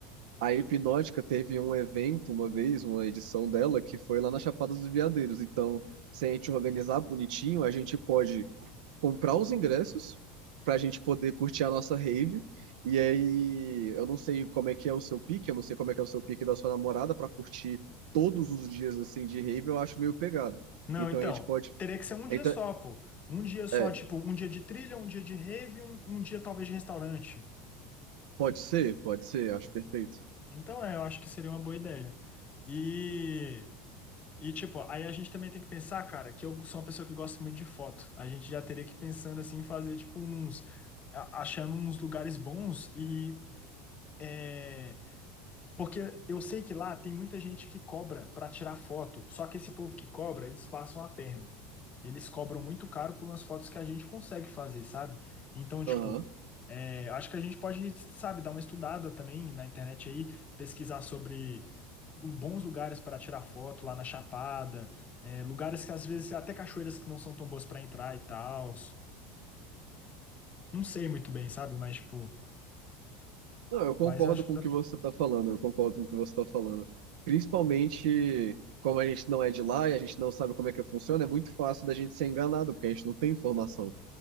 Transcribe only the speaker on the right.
A Hipnótica teve um evento uma vez, uma edição dela, que foi lá na Chapada dos Veadeiros. Então, se a gente organizar bonitinho, a gente pode comprar os ingressos para a gente poder curtir a nossa rave. E aí, eu não sei como é que é o seu pique, eu não sei como é que é o seu pique da sua namorada para curtir todos os dias assim de rave, eu acho meio pegado.
Então
a gente pode.
Então,
é,
pode ser, pode ser, acho perfeito.
Aham.
Não, eu concordo
com
o que você está falando, eu concordo com o que você está falando. Principalmente como a gente não é de lá e a gente não sabe como é que funciona, é muito fácil da gente ser enganado, porque a gente não tem informação.